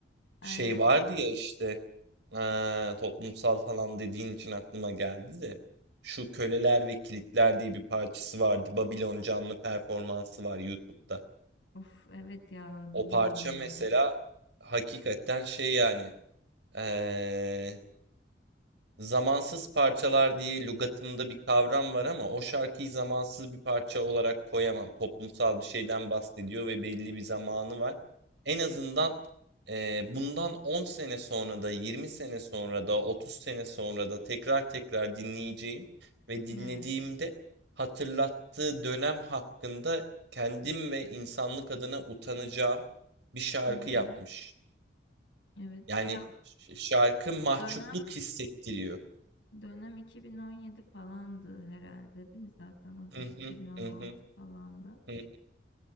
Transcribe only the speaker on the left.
Aynen.
Of, evet ya, biliyorum
onu.
Evet.
Hı
hı. Evet.
Ya,
dönem
Dönem 2017 falandı herhalde değil mi? Zaten o
da
2016
falandı.